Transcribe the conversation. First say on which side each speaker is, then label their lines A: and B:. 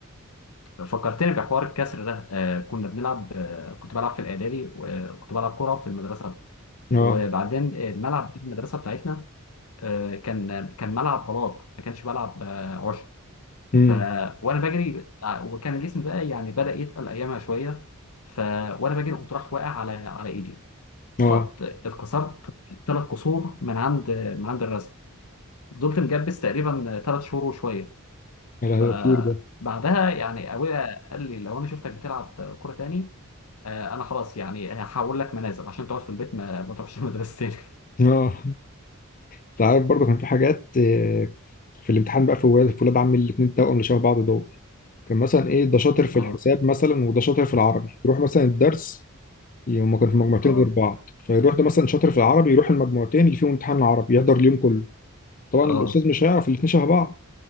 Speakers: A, on the left (about 85°); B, on the left (about 40°).
A: فكرتني بحوار الكسر ده آه كنا بنلعب آه كنت بلعب في الاعدادي وكنت بلعب كوره في المدرسه
B: اه
A: وبعدين الملعب بتاع المدرسه بتاعتنا آه كان كان ملعب بلاط ما كانش ملعب آه عشب
B: امم
A: ف وانا بجري ع- وكان جسمي بقى يعني بدأ يتقل ايامها شويه ف وانا بجري قمت راح واقع على على ايدي
B: اه
A: فاتكسرت ثلاث كسور من عند من عند الرزق فضلت مجبس تقريبا ثلاث شهور وشويه
B: يا لهوي
A: فبعدها
B: ده كتير ده
A: يعني ابويا قال لي لو انا شفتك بتلعب كوره تاني آه، انا خلاص يعني هحول لك منازل عشان تقعد في البيت ما, ما تروحش المدرسه تاني <laughs>
B: اه انت عارف برضه كان في حاجات آه، في الامتحان بقى في ولاد في ولاد عمي الاثنين توأم اللي شبه بعض دول كان مثلا ايه ده شاطر في
A: اه
B: الحساب مثلا وده شاطر في العربي يروح مثلا الدرس هما كانوا في مجموعتين
A: اه
B: غير بعض فيروح ده مثلا شاطر في العربي يروح المجموعتين اللي فيهم امتحان العربي يحضر اليوم كله طبعا
A: اه
B: الاستاذ مش هيعرف الاثنين شبه بعض